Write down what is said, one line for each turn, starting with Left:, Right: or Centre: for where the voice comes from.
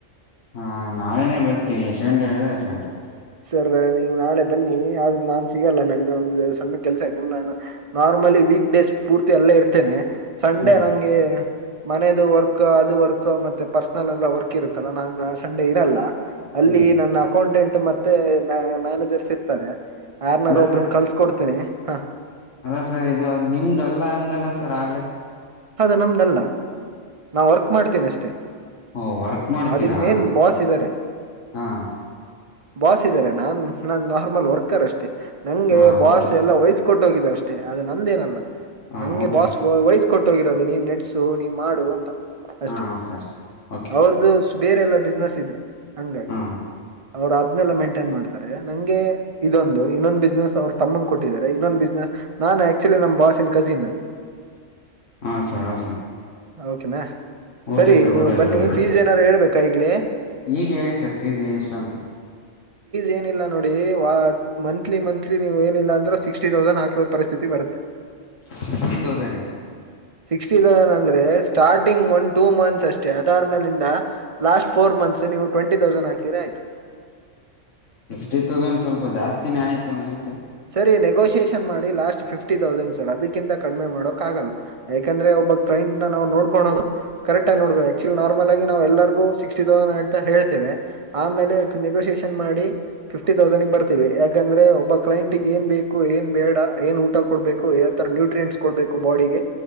Left: ಹಾ ನಾಳೆನೇ ಬರ್ತೀವಿ ಎಷ್ಟು ಗಂಟೆ ಹೇಳಿದ್ರೆ ಎಷ್ಟ್ ಗಂಟೆ
Right: ಸರ್ ನೀವು ನಾಳೆ ಬನ್ನಿ ಆದ್ರೆ ನಾನ್ ಸಿಗಲ್ಲ ನಂ ಒಂದ ಸಣ್ಣ ಕೆಲ್ಸ ನ ನಾರ್ಮಲಿ ವೀಕ್ ಡೇಸ್ ಪೂರ್ತಿ ಎಲ್ಲೇ ಇರ್ತೇನೆ ಸಂಡೆ
Left: ಹ್ಮ್
Right: ನಂಗೆ ಮನೇದು ವರ್ಕ್ ಅದು ವರ್ಕ್ ಮತ್ತೆ ಪರ್ಸನಲ್ ಎಲ್ಲ ವರ್ಕ್ ಇರುತ್ತಲ್ಲ ನಂಗ ಸಂಡೇ ಇರಲ್ಲ ಅಲ್ಲಿ
Left: ಹ್ಮ್
Right: ನನ್ನ ಅಕೌಂಟೆಂಟ್ ಮತ್ತೆ ಮ ಮ್ಯಾನೇಜರ್ಸ್ ಇರ್ತಾರೆ ಯಾರ್ನಾರು
Left: ಅಲ್ಲ
Right: ಒಬ್ಬ್ರನ್ನ
Left: ಸರ್
Right: ಕಳ್ಸಕ ಕೊಡ್ತೇನೆಿ ಹ
Left: ಅಲ್ಲ ಸರ್ ಇದು ಅದ್ ನಿಮ್ದ ಅಲ್ಲ ಅಂದಲ್ಲ ಸರ್ ಆಗ್ಲೆೇ
Right: ಅದು ನಮ್ದಲ್ಲ ನಾ ವರ್ಕ್ ಮಾಡ್ತೀನ ಅಷ್ಟೇ
Left: ಓ ವರ್ಕ್ ಮಾಡ್ತೀರಾ
Right: ಅದಕ್ ಮೇನ್ ಬಾಸ್ ಇದ್ದಾರೆ
Left: ಹಾಂ
Right: ಬಾಸ್ ಇದಾರೆ ನಾನ್ ನನ್ ನಾರ್ಮಲ್ ವರ್ಕರ್ ಅಷ್ಟೆ ನಂಗೆ
Left: ಹಾಂ
Right: ಬಾಸ್
Left: ಓಕೆ ಸರ್
Right: ಎಲ್ಲ ವಯಸ್ ಕೊಟ್ಟ ಹೋಗಿದಾರ ಅಷ್ಟೇ ಅದು ನಂದೇನಲ್ಲ
Left: ಹಾಂ
Right: ನಂಗೆ
Left: ಓಕೆ
Right: ಬಾಸ್
Left: ಸರ್
Right: ವಯಸ್ ಟ್ಟೋಗಿರೋದು ನೀ ನೆಡ್ಸು ನೀ ಮಾಡು ಅಂತ ಅಷ್ಟೇ
Left: ಹಾಂ ಹಾಂ ಸರ್ ಸರ್ ಓಕೆ
Right: ಅವರದು
Left: ಸರ್
Right: ಬೇರೆಲ್ಲ ಬಿಸ್ನೆಸ್ ಇದೆ ಹಂಗಾಗಿ
Left: ಹಾಂ
Right: ಅವರು. ಮೇಂಟೈನ್ ಮಾಡ್ತಾರೆ ನಂಗೆ ಇದೊಂದು ಇನ್ನೊಂದು ಬಿಸ್ನೆಸ್ ಅವರು ತಮ್ಮನ್ ಕೊಟ್ಟಿದ್ದಾರೆ ಇನ್ನೊಂದು ಬಿಸ್ನೆಸ್ ನ. ಆಕ್ಚುಲಿ ನಮ್ಮ ಬಾಸನ್ ಕಸಿನ್
Left: ಹ ಸರ್ ಹ ಸರ್
Right: ಓಕೆನಾ ಸರಿ
Left: ಓಕೆ ಸರ್
Right: ನೀವು
Left: ಗೊತ್ತಾಯ್ತು
Right: ಬನ್ನಿ
Left: ಗೊತ್ತಾಯ್ತು
Right: ಫೀಸ್ ಏನಾದಾರು ಹೇಳ್ಬೇಕಾ ಈಗ್ಲ
Left: ಈಗ ಹೇಳಿ ಸರ್ ಫೀಸ್ ಎಷ್ಟು ಅಂತ
Right: ಏನಿಲ್ಲ ನೋಡಿ ನೋ ಮಂತ್ಲಿ ಮಂತ್ಲಿ ನೀವು ಏನಿಲ್ಲ ಅಂದ್ರೆ ಸಿಕ್ಸ್ಟಿ ತೌಸಂಡ್ ಹಾಕೋ ಪರಿಸ್ಥಿತಿ ಬರುತ್ತೆ
Left: ಸಿಕ್ಫಟಿ ತಥೌಸಂಡಂಡ್
Right: ಸಿಕ್ಸ್ಟಿ ಅಂದ್ರೆ ಸ್ಟ ಸ್ಟಾರ್ಟಿಂಗ್ ಒಂದು ಟೂ ಮಂತ್ಸ್ ಅಷ್ಟೇ ಅದಾದ್ಮೇಲಿಂದ ಲಾಸ್ಟ್ ಫೋರ್ ಮಂತ್ಸ್ ನೀವು ಟ್ವೆಂಟಿ ತೌಸಂಡ ಹಾಕಿರೆ ಆಯ್ತು <unintelligible>
Left: ಸಿಕ್ಸ್ಟಿ ತೌಸಂಡ್ ಸ್ವಲ್ಪ ಜಾಸ್ತಿನೇ ಆಯ್ತು ಅನ್ಸುತ್ತೆ.
Right: ಸರಿ ನಿಗೋ <unintelligible> ಮಾಡಿ ಲಾಸ್ಟ್ ಫಿಫ್ಟಿ ತೌಸಂಡ್ ಸರ್ದಿಂತ ಕಡಿಮೆ ಮಾಡೋಕಕ್ ಆಲ್ಲ ಯಾಕಂದ್ರೆ ಒಬ್ಬ ಟ್ರಂಟ್ ನವು. ನೋಡ್ಕೋದು ಕರೆಟ್ ಆಗಿ ಅಚ್ಚುಲಿ ನಾರ್ಮಲ್ ಆಗಿ ನವು ಎಲ್ಲರಿಗೂ ಸಿಕ್ಸ್ಟಿ ತೌಸಂಡ್ ಅಂತ ಹೇತೇವೆ ಹಮ್. ಆಮೇಲೆ ನೆಗೋಸಿಯೇಷನ್ ಮಾಡಿ ಫಿಫ್ಟಿ ತೌಸಂಡ ಬರ್ತೀವಿ ಯಾಕಂದ್ರೆ ಒಬ್ಬ ಕ್ಲೈಂಟ್. ಏ ಬೇಕು ಏನ್ ಬೇಡ ಏನ್ ಊಟ ಕೊಡ್ಬೇಕು ಯರ ನೋಟ್ರಿಯಸ್ ಕೊಬೇಕು ಬಾಡಿಗೆ